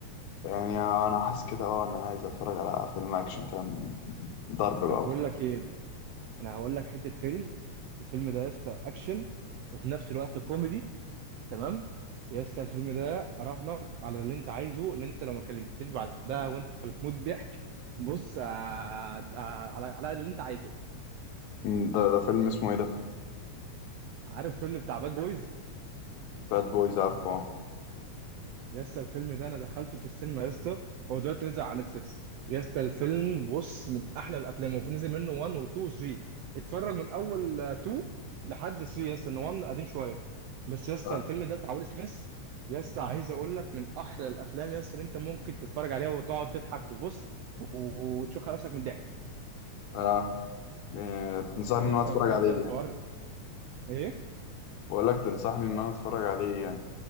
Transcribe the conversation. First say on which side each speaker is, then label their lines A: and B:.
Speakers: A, on the left (about 80°); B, on the right (about 80°).
A: يعني انا حاسس كده اه ان انا عايز اتفرج على فيلم اكشن فاهم ضرب بقى
B: طب
A: وكده
B: بقول لك ايه انا هقول لك حته فيلم الفيلم ده يا اسطى اكشن وفي نفس الوقت كوميدي تمام يا اسطى الفيلم ده اراهنك على اللي انت عايزه ان انت لو ما كلمتنيش بعدها وانت بتموت ضحك بص آه، آه، على على اللي انت عايزه
A: أمم، ده ده فيلم اسمه ايه ده؟
B: عارف فيلم بتاع باد بويز
A: باد بويز عارفه اه
B: يا اسطى الفيلم ده انا دخلته في السينما يا اسطى هو دلوقتي نزل على نتفليكس يا اسطى الفيلم بص من احلى الافلام وفي نزل منه 1 و 2 و 3 اتفرج من اول آه، 2 لحد 3 يا اسطى ان 1 قديم شويه بس يا اسطى
A: اه
B: الفيلم ده بتاع ويل سميث يا اسطى عايز اقول لك من احلى الافلام يا اسطى اللي انت ممكن تتفرج عليها وتقعد تضحك وبص و- وتشوف نفسك من الضحك
A: آه. إيه، تنصحني
B: فيا
A: ان انا
B: اسطى
A: اتفرج
B: بجد
A: عليه
B: الحوار
A: يعني
B: ايه
A: بقول لك تنصحني ان انا اتفرج عليه يعني